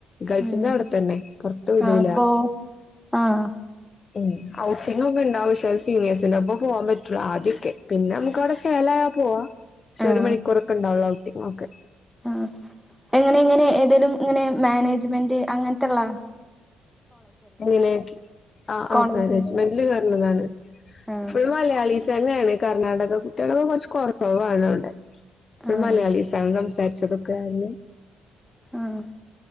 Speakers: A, on the left; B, in the centre.
A: ഗേൾസിന്റെ
B: ഉം
A: അവിടെ തന്നെ പുറത്തു വിടൂല.
B: ആഹ് അപ്പൊ ആഹ്
A: ഉം ഹൗസിംഗ ഒക്കെ ഉണ്ടാവ പക്ഷെ സീനിയേഴ്സിന്റെ ഒപ്പം പോവാൻ പറ്റുള്ളൂ ആദ്യൊക്കെ പിന്നെ നമുക്ക് അവിടെ <unintelligible> പോവാ പക്ഷെ
B: ആഹ്
A: ഒരു മണിക്കൂറൊക്കെ ഉണ്ടാവുള്ളൂ ഔട്ടിംഗ് ഒക്കെ,
B: ആഹ് എങ്ങനെ എങ്ങനെ ഏതെലും ഇങ്ങനെ മാനേജ്മെന്റ് അങ്ങനത്തള്ളാ
A: <unintelligible> ആ
B: കോളേജ്
A: ആ മാനേജ്മെന്റില് കേറണതാണ്.
B: ആഹ്
A: ഫുള്ളും മലയാളിസ് തന്നെയാണ്. കർണ്ണാടക കുട്ടികളൊക്കെ കുറച്ച് കുറവണവടെ, ഫുൾ
B: ആഹ്
A: മലയാളീസ് ആണ് സംസാരിച്ചതൊക്കെ അഞ്ഞു.
B: ആഹ്